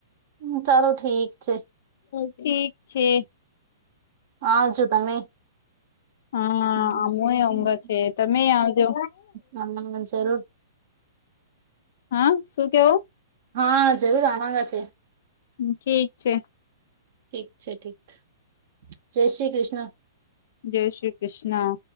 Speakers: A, on the right (about 50°); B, on the left (about 60°).
A: હ ચાલો ઠીક છે.
B: ઠીક છે.
A: હા જોો તમે
B: હા
A: હમ.
B: આમુ એ અંગ છે તમે આવજો
A: હા જરૂર
B: હા શું કેવો
A: હા જરૂર આરાંગા છે
B: હ ઠીક છે
A: ઠીક છે ઠીક જય શ્રી કૃષ્ણ
B: જય શ્રી કૃષ્ણ